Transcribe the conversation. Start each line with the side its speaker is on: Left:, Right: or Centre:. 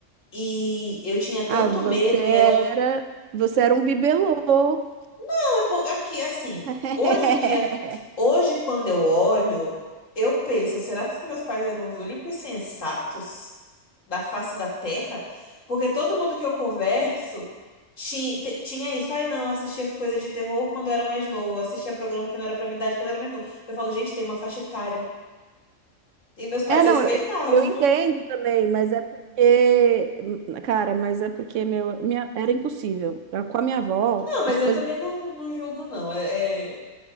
Left: E eu tinha tanto
Right: Ah, você
Left: medo
Right: era.
Left: e era um.
Right: Você era um bibelô.
Left: Não, é por- aqui, assim.
Right: <laughs>
Left: Hoje em dia, hoje quando eu olho, eu penso, será que meus pais eram os únicos sensatos da face da Terra? Porque todo mundo que eu converso ti- te- tinha isso. Ai, não, eu assistia coisa de terror quando eu era mais novo. Eu assistia programa que não era pra minha idade quando eu era mais novo. Eu falo, gente, tem uma faixa etária. E meus pais
Right: É,
Left: respeitavam.
Right: não, eu, eu entendo também, mas é porque. Cara, mas é porque meu, minha, era impossível. Eu- Com a minha avó,
Left: Não, mas
Right: as
Left: eu
Right: coisas.
Left: também não, não julgo, não. É, é-